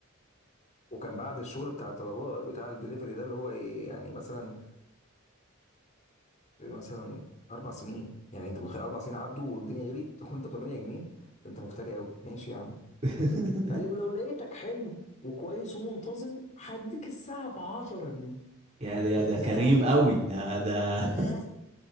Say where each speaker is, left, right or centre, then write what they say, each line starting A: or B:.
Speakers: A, on the left; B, on the right.
A: وكان بعد الشغل بتاع الطلباء بتاع الدليفري ده اللي هو ايه يعني مثلا مثلا اربع سنين يعني انت متخيل اربع سنين عدوا والدنيا غليت <laughs> وانت ب 8 جنيه ده انت مفتري قوي ماشي يا عم
B: <laughs>
A: فقال لي ولو لقيتك حلو وكويس ومنتظم هديك الساعه ب 10 جنيه
B: يا ده يا
A: قلت
B: ده
A: ياه
B: كريم قوي ده ده
A: ياه